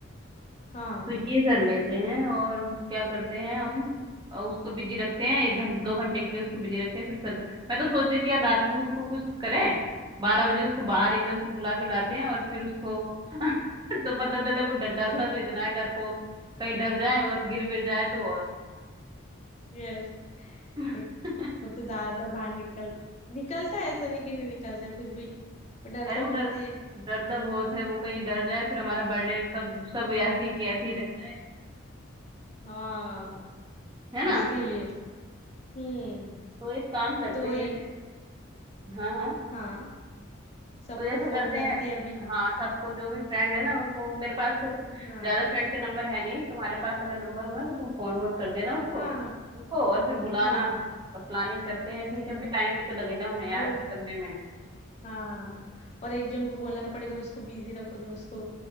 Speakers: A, on the left; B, on the right.
A: हाँ
B: तो ये कर लेते हैं और क्या करते हैं हम अ, उसको बिजी रखते हैं एक घंटे दो घंटे के लिए उसको बिजी रखते हैं फिर सर मैं तो सोच रही थी यार रात में उसको कुछ करें बारह बजे उसको बाहर एकदम से बुला के लाते हैं और फिर उसको <laughs> तो पता चले वो डर- डरता
A: <laughs>
B: तो इतना है डरपोक कहीं डर जाए और गिर विर जाए तो और
A: यस
B: <laughs>
A: बट वो तो ज्यादातर बाहर निकल निकलता है ऐसा नहीं कि नहीं निकलता है फिर भी वो डरता
B: अरे वो डर
A: बहुत है
B: डरता बहुत है वो कहीं डर जाए फिर हमारा बर्थडे सब सब ऐसी की ऐसी
A: यस
B: रह जाए
A: हाँ
B: है ना
A: इसके लिए हम्म
B: तो एक काम करते
A: तो वही
B: हैं फिर हाँ हाँ
A: हाँ सबको
B: तो ऐसा
A: फोन
B: करते
A: करते
B: हैं
A: हैं अभी
B: हाँ सबको जो भी फ्रेंड है ना उनको मेरे पास तो
A: हाँ
B: ज्यादा फ्रेंड के नंबर है नहीं तुम्हारे पास अगर नंबर हो ना तो तुम फोन वोन कर देना उसको
A: हाँ
B: उनको और फिर बुलाना
A: हाँ
B: और प्लानिंग करते हैं फिर
A: हम्म
B: क्योंकि टाइम भी तो लगेगा हमें यार
A: और
B: करने में
A: हाँ और एक जन को बोलना पड़ेगा उसको बिजी रखो जो उसको